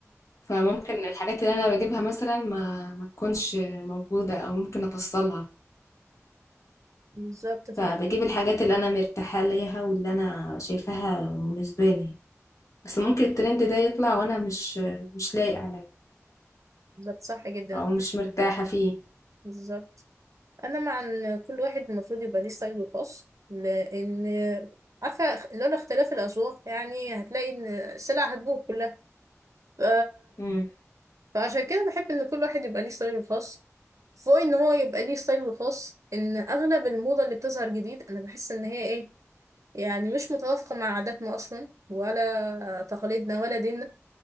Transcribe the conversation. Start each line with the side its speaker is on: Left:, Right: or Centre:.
Left: فممكن الحاجات اللي أنا بجيبها مثلا ما ما تكونش موجودة أو ممكن أفصلها
Right: بالظبط فاهم
Left: فبجيب الحاجات اللي أنا مرتاحة ليها واللي أنا شايفاها مناسباني بس ممكن الترند ده يطلع وأنا مش مش لايق عليه
Right: بالظبط صح جدا
Left: أو مش
Right: أنا بصراحة-
Left: مرتاحة فيه
Right: بالظبط انا مع ان كل واحد المفروض يبقى ليه ستايله الخاص لان عارفه اخ- لولا اختلاف الاذواق يعني هتلاقي ان السلع هتبوظ كلها ف...
Left: مم.
Right: فعشان كده بحب ان كل واحد يبقى ليه ستايله الخاص فوق ان هو يبقى ليه ستايله الخاص ان اغلب الموضه اللي بتظهر جديد انا بحس ان هي ايه يعني مش متوافقه مع عاداتنا اصلا ولا تقاليدنا ولا ديننا